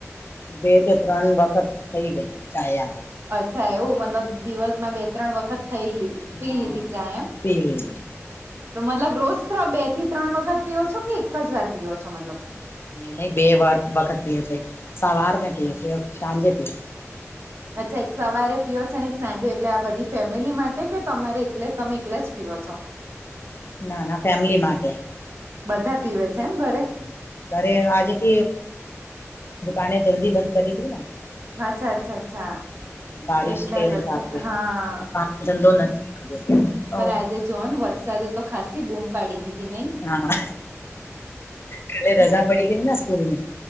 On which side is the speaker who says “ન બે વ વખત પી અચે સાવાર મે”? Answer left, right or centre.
Left